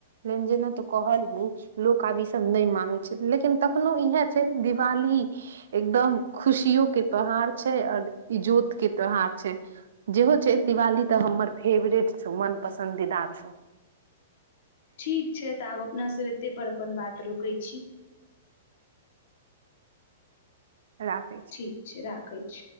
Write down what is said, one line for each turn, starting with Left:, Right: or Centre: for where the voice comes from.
Right: लेंज ने तऽ कहल ही लोक आब ई सब नहि माने छै लेकिन तक कखनो इह छै दिवाली एकदम खुशियो के त्यौहार छै आओर इजोत के त्यौहार छै जेहो छै दिवाली तऽ हमर फेवरेट छौ मन पसन्दीदा छौ
Left: ठीक छै तऽ आब अपनासँ एतेकपर अपन बात रोकैत छी
Right: राखै छी
Left: ठीक छै राखै <inaudible>